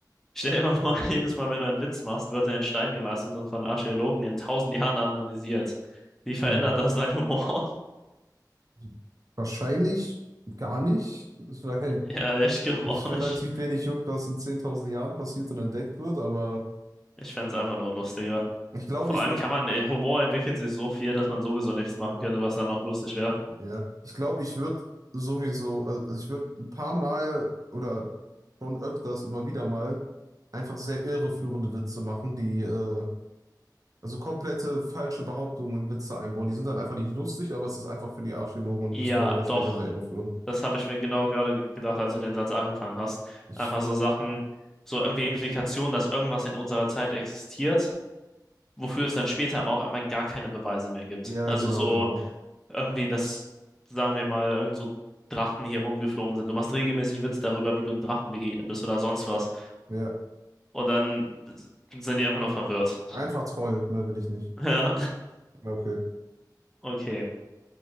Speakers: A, in the centre; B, on the right.
A: Stell dir mal vor, <laughs> jedes Mal, wenn du einen Witz machst, wird er in Stein gemeißelt und von Archäologen in tausend Jahren analysiert. Wie verändert
B: Hm.
A: das deinen Humor?
B: Also Wahrscheinlich gar nicht, weil
A: Ja, ich glaube
B: mich
A: auch
B: relativ
A: nicht.
B: wenig juckt, was in 10.000 Jahren passiert und entdeckt wird, aber
A: Ich fände es einfach nur lustiger.
B: ich glaube,
A: Vor
B: ich
A: allem
B: würde,
A: kann man, äh, Humor entwickelt sich so viel, dass man sowieso nichts machen könnte, was dann noch lustig wäre.
B: ja, ich glaube, ich würde sowieso, also ich würde ein paar Mal oder schon öfters immer wieder mal einfach sehr irreführende Witze machen, die, äh, also komplette falsche Behauptungen in Witze einbauen. Die sind dann einfach nicht lustig, aber es ist einfach für die Archäologen und
A: Ja,
B: Historiker später
A: doch.
B: sehr irreführend.
A: Das habe ich mir genau gerade ge- gedacht, als du den Satz angefangen hast.
B: Ich,
A: Einfach so Sachen, so irgendwie Implikationen, dass irgendwas in unserer Zeit existiert, wofür es dann später aber auf einmal gar keine Beweise mehr gibt.
B: ja,
A: Also
B: genau,
A: so
B: genau.
A: irgendwie, dass, sagen wir mal, irgend so Drachen hier rumgeflogen sind. Du machst regelmäßig Witze darüber, wie du einem Drachen begegnet bist oder sonst was.
B: Ja,
A: Und dann sind die einfach nur verwirrt.
B: einfach toll, mehr will ich nicht.
A: <laughs> Ja,
B: Ja, Okay.
A: okay.